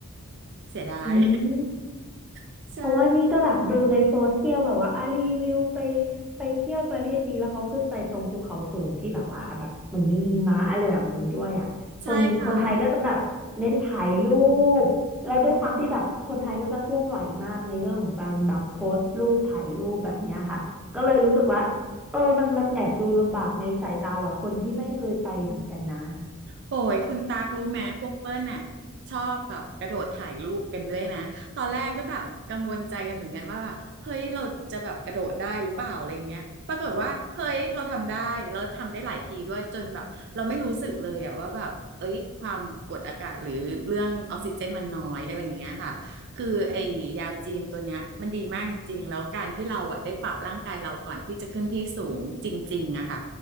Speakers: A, on the right; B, in the centre.
A: เสียดาย
B: อืม
A: <laughs> ใช่
B: เพราะว่านี่ก็แบบดูในโซเชียลแบบว่าอ่ะรีวิวไปไปเที่ยวประเทศจีนแล้วเขาขึ้นไปตรงภูเขาสูงที่แบบว่าอ่ะแบบมันมีหิมะอะไรแบบนี้ด้วยอ่ะคนคนไทยก็จะแบบเน้นถ่ายรู
A: ใช่ค่ะ
B: ปแล้วด้วยความที่แบบคนไทยก็จะเคลื่อนไหวมากในเรื่องของการแบบโพสต์รูปถ่ายรูปแบบเนี้ยค่ะก็เลยรู้สึกว่าเออมันมันแอบดูลำบากในสายตาแบบคนที่ไม่เคยไปเหมือนกันนะ
A: โอ้ยคุณตากรู้ไหมพวกเปิ้ลน่ะชอบแบบกระโดดถ่ายรูปกันด้วยนะตอนแรกก็แบบกังวลใจกันเหมือนกันว่าแบบเฮ้ยเราจะแบบกระโดดได้หรือเปล่าอะไรเงี้ยปรากฏว่าเฮ้ยเราทำได้แล้วทำได้หลายทีด้วยจนแบบเราไม่รู้สึกเลยอะว่าแบบเอ้ยความกดอากาศหรือเรื่องออกซิเจนมันน้อยอะไรอย่างเงี้ยค่ะคือไอ้ยาจีนตัวเนี้ยมันดีมากจริงๆแล้วการที่เราอะได้ปรับร่างกายเราก่อนที่จะขึ้นที่สูงจริงๆอะค่ะ